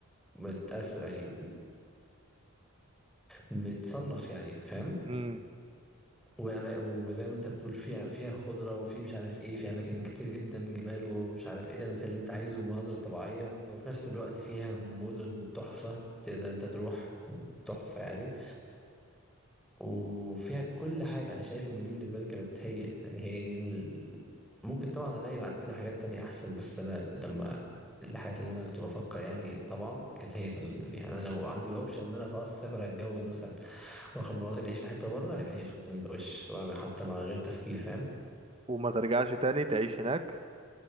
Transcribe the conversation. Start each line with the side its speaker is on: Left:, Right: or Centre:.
Centre: ومتأثر يعني متصنف يعني فاهم
Right: امم
Centre: وأما... وزي ما انت بتقول فيها فيها خضرة وفي مش عارف ايه في اماكن كتير جدا جبال ومش عارف ايه تعمل فيها اللي انت عايزه ومناظر طبيعية وفي نفس الوقت فيها مدن تحفة تقدر انت تروح تحفة يعني وفيها كل حاجة انا شايف ان دي بالنسبة لي كانت هي يعني هي دي ال... ممكن طبعا الاقي بعد كده حاجات تانية احسن بس انا لما الحاجات اللي انا كنت بفكر يعني طبعا كانت هي فنلندا دي يعني انا لو عندي الاوبشن ان انا خلاص اسافر اتجوز مثلا واخد مراتي نعيش في حته بره يبقى هي فنلندا وش وانا حتى مع غير تفكير فاهم
Right: وما ترجعش تاني تعيش هناك